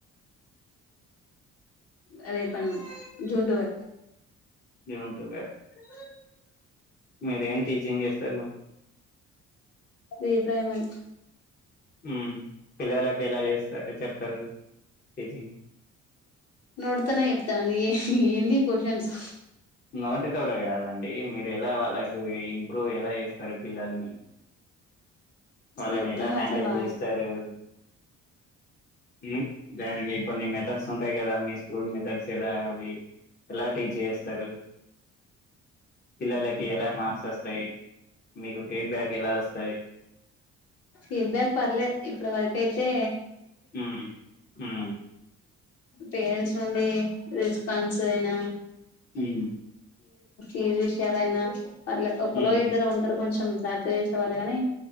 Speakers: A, on the left; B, on the left.
A: అరే పం జూన్ ట్వేవెల్
B: <unintelligible>
A: <inaudible>
B: మీరేం టీచింగ్ చేస్తారు.
A: భిప్రాయం అంటా
B: ఉమ్ పిల్లలకి ఎలా చేస్తారు చెప్తారు టీచింగ్
A: నోట్తోనే చెప్తాంది ఏ ఏంది ఈ క్యూషన్స్
B: నోటి తోట కాదండి మీరు ఎలా వాళ్ళకు ఇంప్రూవ్ ఎలా చేస్తారు పిల్లల్ని వాళ్ళని
A: చేత్తం
B: ఎలా హ్యాండిల్
A: అట్లా బానే
B: చేస్తారు. హ్ దానికి కొన్ని మెథడ్స్ ఉంటాయి కదా మీ స్కూల్ మెథడ్స్. <inaudible> ఎలా టీచ్ చేస్తరు. పిల్లలకి ఎలా మార్స్ వస్తయి. మీకు ఫీడ్బ్యాక్ ఎలా వ
A: ఫీడ్బ్యాక్ పర్లేద్ ఇప్పట్వరకయితే
B: హ్ హ్
A: పేరెంట్స్ నుండీ ఫండ్స్ అయినా
B: ఉ
A: ఏ విషయాలైనా పర్లే ఒకలో
B: ఉమ్
A: ఇద్దరు ఉంటరు. కొంచెం జాత చేసే వాళ్లేగానే